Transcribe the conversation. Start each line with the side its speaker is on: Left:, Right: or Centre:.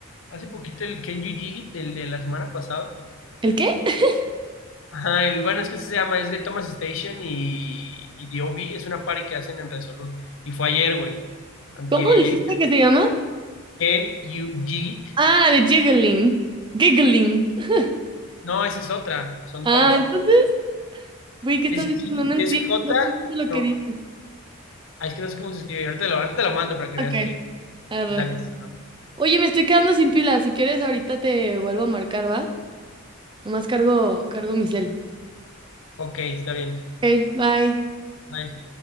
Left: hace poquito el Ken Yu el de la semana pasada?
Right: ¿El qué? <laughs>
Left: Ajá, el- bueno, es que se llama, es de Thomas Station y, y The OB, es una party que hacen en Resolute. Y fue ayer, güey. Antier
Right: ¿Cómo
Left: y
Right: dijiste
Left: ayer.
Right: que se llama?
Left: Can you jig it?
Right: Ah, la de Jiggling. Giggling. <laughs>
Left: No, esa es otra, son
Right: Ah,
Left: dos.
Right: entonces, güey, ¿qué estás
Left: Es
Right: diciendo?
Left: jig it,
Right: No entiendo,
Left: es J,
Right: no comprendo lo que
Left: no,
Right: dices.
Left: ah, es que no sé cómo se escribe. Ahorita te lo, ahorita te lo mando para que
Right: Ok,
Left: veas que.
Right: arre.
Left: Dale, está.
Right: Oye, me estoy quedando sin pila. Si quieres, ahorita te vuelvo a marcar, ¿va? Nomás cargo, cargo mi cel.
Left: ok, está bien.
Right: Ok, bye.
Left: Bye.